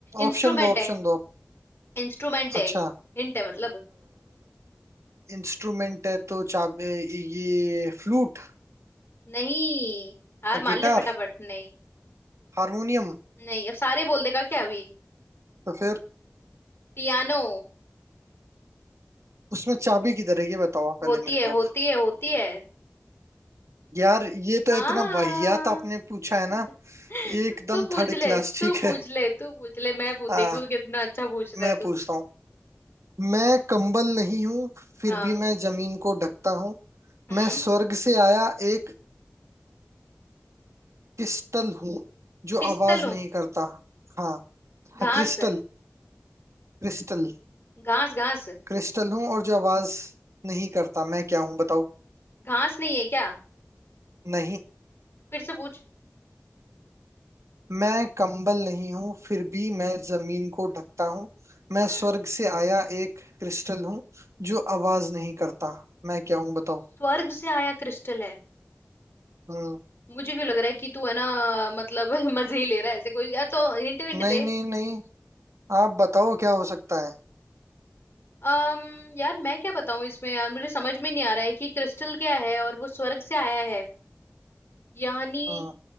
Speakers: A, on the left; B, on the right.
A: इंस्ट्रूमेंट
B: ऑप्शन दो ऑप्शन
A: है
B: दो
A: इंस्ट्रूमेंट है
B: अच्छा
A: एक हिंट है मतलब
B: इंस्ट्रूमेंट है तो चाबी ये फ्लूट
A: नहीं हार मान
B: गिटार
A: ले फटाफट नहीं
B: हारमोनियम
A: नहीं अब सारे बोल देगा क्या अभी
B: तो फिर
A: पियानो
B: उसमें चाबी किधर है ये बताओ आप पहले
A: होती
B: मेरे
A: है
B: को अब।
A: होती है होती है
B: यार ये तो
A: हाँ
B: इतना वाहियात आपने पूछा है ना
A: <laughs> तो
B: एकदम
A: तू पूछ
B: थर्ड
A: ले
B: क्लास
A: तू
B: ठीक
A: पूछ
B: है
A: ले तू पूछ ले मैं पूछ
B: आ,
A: देखू कितना अच्छा पूछ रहा
B: मैं
A: है तू
B: पूछता हूँ मैं कंबल नहीं हूँ फिर
A: हाँ
B: भी मैं जमीन को ढकता हूँ
A: हम्म
B: मैं स्वर्ग से आया एक क्रिस्टल हूँ जो
A: पिस्तल
B: आवाज
A: हूँ
B: नहीं करता हाँ हाँ
A: घास
B: क्रिस्टल क्रिस्टल
A: घास घास
B: क्रिस्टल हूँ और जो आवाज नहीं करता मैं क्या हूँ बताओ
A: घास नहीं है क्या
B: नहीं
A: फिर से पूछ
B: मैं कंबल नहीं हूँ फिर भी मैं जमीन को ढकता हूँ मैं
A: हम्म
B: स्वर्ग से आया एक क्रिस्टल हूँ जो आवाज नहीं करता मैं क्या हूँ बताओ
A: स्वर्ग से आया क्रिस्टल है
B: हम्म
A: मुझे क्यों लग रहा है कि तू है ना मतलब <laughs> मजे ही ले रहा है ऐसे कोई या तो हिंट विंट
B: नहीं
A: दे
B: नहीं नहीं आप बताओ क्या हो सकता है
A: अम यार मैं क्या बताऊं इसमें यार मुझे समझ में नहीं आ रहा है कि क्रिस्टल क्या है और वो स्वर्ग से आया है यानी
B: हम्म,